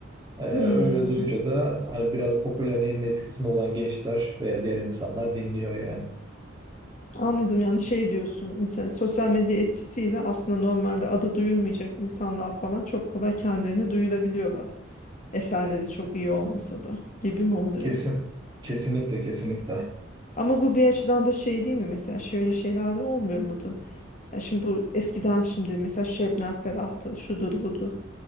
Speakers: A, on the right; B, on the left.
A: Ee,
B: Hmm.
A: öyle duyunca da hani biraz popülerliğin eskisinde olan gençler veya diğer insanlar dinliyor yani.
B: Anladım yani şey diyorsun insan sosyal medya etkisiyle aslında normalde adı duyulmayacak insanlar falan çok kolay kendilerini duyurabiliyorlar. eserleri çok iyi olmasa da gibi mi oluyor?
A: Kesin, kesinlikle, kesinlikle.
B: Ama bu bir açıdan da şey değil mi? Mesela şöyle şeyler de olmuyor mudur? Ya şimdi bu eskiden şimdi mesela Şebnem Ferah'tır, şudur budur.